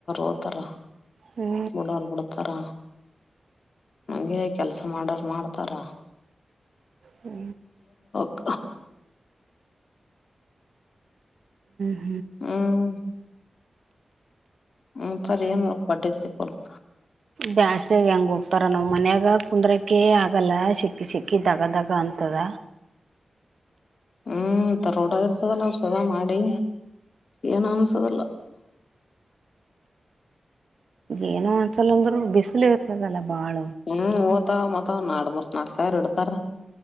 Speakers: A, on the left; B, on the right.
A: ಓತಾರ
B: ಹ್ಞೂ
A: ಕೇಳೋರು ಬಿಡ್ತಾರಾ ಹಂಗೆ ಕೆಲ್ಸ ಮಾಡಾರ ಮಾಡ್ತಾರ
B: ಹೂ
A: ಆ
B: ಹೂ
A: ಹ್ಮ್ ಹೂ ಸರಿ ಏನು ಮ ಪಠಾ ಪುಲ್ತ
B: ಬ್ಯಾಸರಾಗ ಹೆಂಗೋ ರ ನಾವ್ ಮನ್ಯಾಗ ಕುಂದ್ರಕೆ ಆಗಲ್ಲ ಸಿಕ್ಕಿ ಸಿಕ್ಕಿ ದಗ ದಗ ಅಂತದ
A: ಹೂ ತರೋಡಾಗಿ ಇರ್ತದಲ್ಲ ಅವ್ರ ಸದಾ ಮಾಡಿ ಏನು ಅನ್ಸದೀಲ್ಲ
B: ಏನೋ ಅನ್ಸಲ್ಲಂದ್ರು ಬಿಸಿಲು ಇರ್ತದಲ್ಲ ಭಾಳ
A: ಹೂ ಹೊತವ ಮತ ನಾಡ್್ಮರ್ ಸನಾಕ್ ಸ ಇಡ್ತಾರ